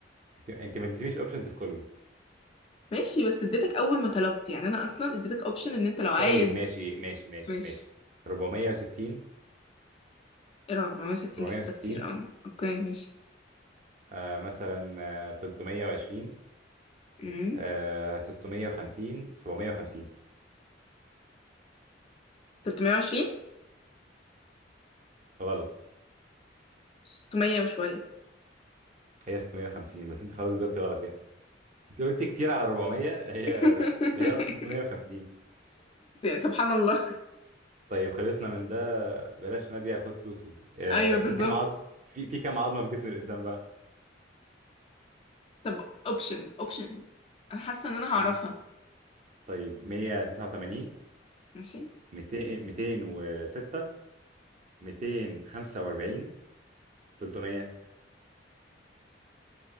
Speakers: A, on the right; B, on the left.
A: انت انت ما اديتنيش اوبشنز في كله
B: ماشي بس اديتك اول ما طلبت يعني انا اصلا اديتك اوبشن ان انت لو عايز
A: طيب ماشي ماشي ماشي
B: ماشي
A: ماشي 460
B: ايه رقم 460
A: 460
B: حاسه كتير اه اوكي ماشي
A: آه مثلا آه 320
B: امم
A: آه 650 750
B: 320
A: غلط
B: 600 وشويه
A: هي 650 بس انت خلاص جاوبتي غلط يعني انت قلتي كتير على 400 هي
B: <laughs>
A: هي اصلا 650
B: سبحان الله
A: طيب خلصنا من ده بلاش نادية خد سوسو آه،
B: ايوه بالظبط
A: في كام عظم في في كام عظمة في جسم الإنسان بقى
B: طب اوبشنز اوبشنز انا حاسه ان انا
A: اوبشنز
B: هعرفها
A: طيب 189
B: ماشي
A: 200 206 245 300